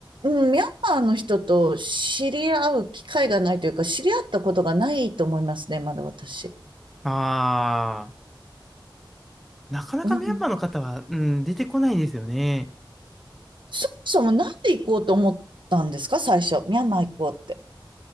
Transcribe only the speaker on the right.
ン、うんミャンマーの人と知り合う機会がないというか、知り合ったことがないと思いますね、まだ私。
うん
そもそもなんで行こうと思ったんですか最初。ミャンマー行こうって。